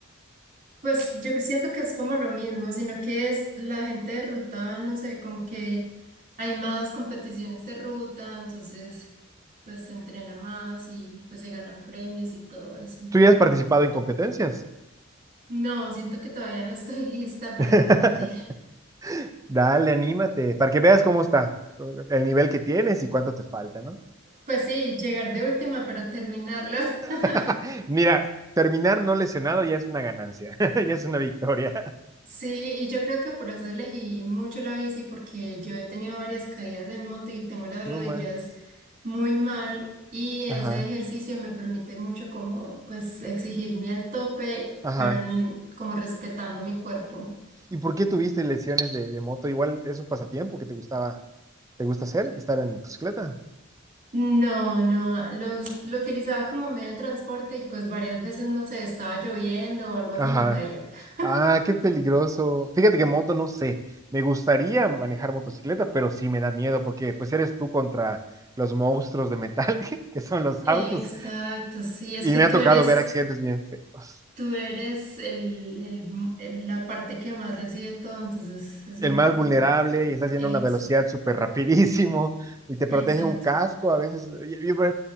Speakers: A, on the right; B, on the right.
A: Pues yo siento que es como lo mismo, sino que es la gente de ruta, no sé, como que hay más competiciones de ruta, entonces pues se entrena más y pues se ganan premios y todo eso.
B: ¿Tú ya has participado en competencias?
A: No, siento que todavía no estoy <laughs> lista para
B: <laughs>
A: competir.
B: Dale, anímate, para que veas cómo está, el nivel que tienes y cuánto te falta, ¿no?
A: Pues sí, llegar de última, pero terminarlo. <laughs>
B: <laughs> Mira, terminar no lesionado ya es una ganancia, <laughs> ya es una victoria.
A: Sí, y yo creo que por eso elegí mucho la bici, porque yo he tenido varias caídas en moto y tengo las
B: No
A: rodillas
B: manches.
A: muy mal y ese
B: Ajá,
A: ejercicio me permite mucho como pues exigirme al tope,
B: ajá.
A: pero en- como respetando mi cuerpo.
B: ¿Y por qué tuviste lesiones de, de moto? Igual es un pasatiempo que te gustaba, te gusta hacer, estar en motocicleta.
A: No, no, lo, us- lo utilizaba como medio de transporte y pues varias veces, no sé, estaba lloviendo o algo así
B: Ajá.
A: y me caía. <laughs>
B: Ah, qué peligroso. Fíjate que moto no sé. Me gustaría manejar motocicleta, pero sí me da miedo porque pues eres tú contra los monstruos de metal <laughs> que son los
A: Exacto,
B: autos.
A: sí, es
B: Y
A: que
B: me
A: tú
B: ha tocado
A: eres
B: ver accidentes bien feos.
A: Tú eres el, el m- el- la parte que más recibe todo, entonces es
B: el
A: un
B: más
A: poco
B: vulnerable
A: como...
B: y está haciendo
A: Exacto,
B: una velocidad súper rapidísimo y te
A: exacto.
B: protege un casco. A veces, yo, yo, por